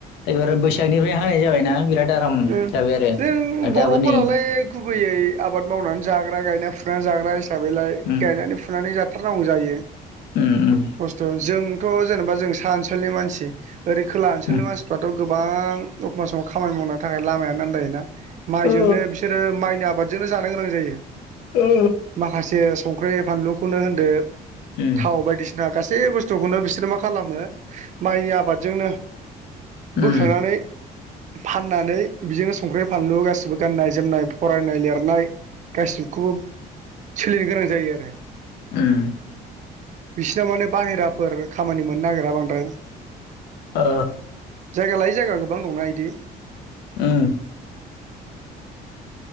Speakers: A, on the left; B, on the right.
A: एबार बैसागनिफ्राय हानाय जाबायना बिराद आराम
B: ओम
A: जाबाय आरो
B: जों
A: आरो
B: बर'फोरालाय
A: दाबो नै
B: गुबैयै आबाद मावनानै जाग्रा गायना फुनानै जाग्रा हिसाबैलाय
A: उम
B: गायनानै फुनानै जा जाथारनांगौ जायो
A: ओम ओम
B: खस्थ' जोंथ' जेनेबा जों सा ओनसोलनि मानसि ओरै खोला ओनसोलनि
A: उम
B: मानसिफ्राथ' गोबां एखनब्ला समाव खामानि मावना नि थाखाय लामाया आन्दायोना माइजोंनो
A: ओ
B: बिसोरो माइनि आबादजोंनो जानो गोनां जायो
A: ओ
B: माखासे संख्रि फानलुखौनो होनदो
A: उम
B: थाव बायदिसिना दा गासै बुस्थुखौनो बिसोरो मा खालामो माइनि आबादजोंनो
A: उम
B: बोखांनानै फान फाननानै बिदिनो संख्रि फानलु गाैबो गाननाय जोमनाय फरायनाय लिरनाय गासिबखौबो सोलिनो गोनां जायो आरो
A: ओम
B: बिसिनाव माने बाहेराफोर खामानि मोननो नागिरा बांद्राय
A: ओ
B: जायगा लायै जायगा गोबां दंना बिदि
A: ओम